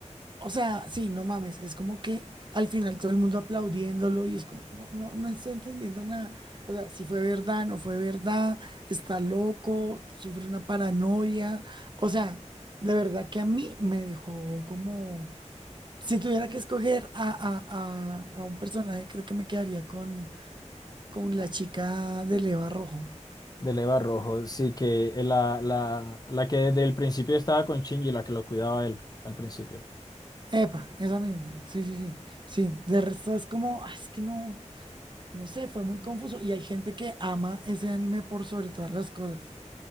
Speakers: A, on the right; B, on the left.
A: O sea, sí, no mames, es como que al final todo el mundo aplaudiéndolo y es como, no, no, no estoy entendiendo nada. O sea, si fue verdad, no fue verdad, está loco, sufre una paranoia. O sea, de verdad que a mí me dejó como, si tuviera que escoger a, a- a- a un personaje, creo que me quedaría con, con la chica de Leva Rojo.
B: del Eva Rojo. Sí, que eh, la, la, la que desde el principio estaba con Shinji, la que lo cuidaba él al principio.
A: Epa, esa misma, sí, sí, sí, sí. De resto es como, "Ah, es que no. No sé, fue muy confuso. Y hay gente que ama ese anime por sobre todas las cosas.